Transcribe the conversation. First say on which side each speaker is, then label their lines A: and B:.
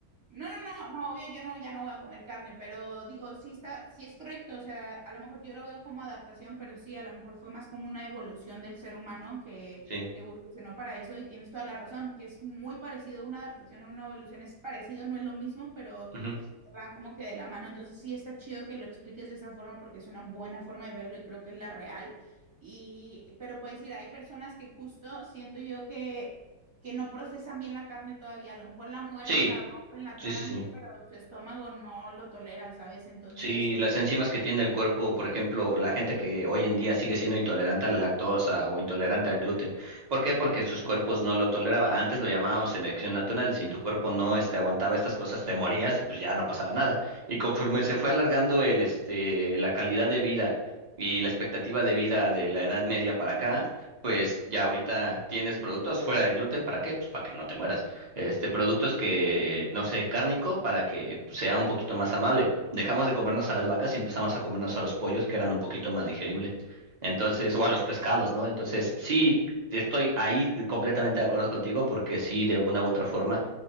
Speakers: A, on the right; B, on the right.
A: No, no, no, no, obvio, yo no, ya no voy a comer carne, pero digo, sí está, sí es correcto, o sea, a lo mejor yo lo veo como adaptación, pero sí, a lo mejor fue más como una evolución del ser humano que,
B: Sí.
A: que evolucionó para eso y tienes toda la razón, que es muy parecido, una adaptación a una evolución es parecido, no es lo mismo, pero
B: ujú.
A: van como que de la mano. Entonces sí está chido que lo expliques de esa forma porque es una buena forma de verlo y creo que es la real. Y, pero puedes decir, hay personas que justo siento yo que, que no procesan bien la carne todavía. A lo mejor la muerden,
B: Sí,
A: la rompen, la
B: sí,
A: tragan
B: sí, sí.
A: bien, pero su estómago no lo tolera, ¿sabes? Entonces,
B: Sí, las enzimas que tiene el cuerpo, por ejemplo, la gente que hoy en día sigue siendo intolerante a la lactosa o intolerante al gluten. ¿Por qué? Porque sus cuerpos no lo toleraba. Antes lo llamábamos selección natural. Si tu cuerpo no este, aguantaba estas cosas, te morías y pues ya no pasaba nada. Y conforme se fue alargando el, este, la calidad de vida y la expectativa de vida de la Edad Media para acá, pues ya ahorita tienes productos fuera de gluten. ¿Para qué? Pues para que no te mueras. Este, productos que, no sé, cárnico para que pues, sea un poquito más amable Dejamos de comernos a las vacas y empezamos a comernos a los pollos, que eran un poquito más digeribles. Entonces, o a los pescados, ¿no? Entonces, sí, estoy ahí completamente de acuerdo contigo, porque sí, de una u otra forma,